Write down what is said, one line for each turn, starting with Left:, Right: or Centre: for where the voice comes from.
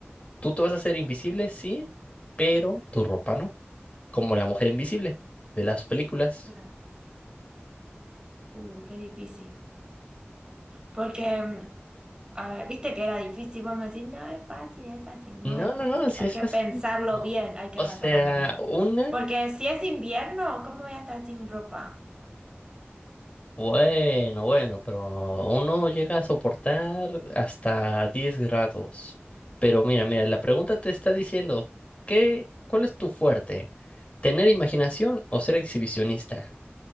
Left: tú te vas a hacer invisible, sí, pero tu ropa no, como la mujer invisible de las películas.
Right: claro. Uh, qué difícil. Porque, mm, a ver, viste que era difícil, vos me decís, no es fácil, es fácil,
Left: No,
Right: no es
Left: no,
Right: fácil.
Left: no, sí
Right: Hay
Left: es
Right: que
Left: fácil.
Right: pensarlo
Left: No.
Right: bien, hay que
Left: O
Right: razonarlo
Left: sea,
Right: bien.
Left: una,
Right: Porque si es invierno, ¿cómo voy a estar sin ropa?
Left: bueno, bueno, pero uno llega a soportar hasta 10 grados. Pero mira, mira, la pregunta te está diciendo, ¿qué, cuál es tu fuerte? ¿Tener imaginación o ser exhibicionista?